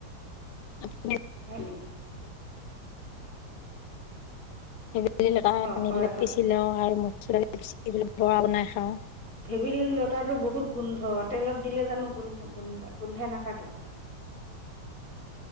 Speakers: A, on the left; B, on the right.
A: <unintelligible>
B: হয় নেকি
A: ভেদেলি লতা
B: অঁ
A: আনি
B: হয়
A: পেলাই
B: হয়
A: পিচি লওঁ আৰু মচুৰ দালি পিচি পেল বৰা বনাই খাওঁ।
B: ভেদেলী লতাটো বহুত গোন্ধ তেলত দিলে জানো গুণ, গুণ-গোন্ধাই নাথাকে।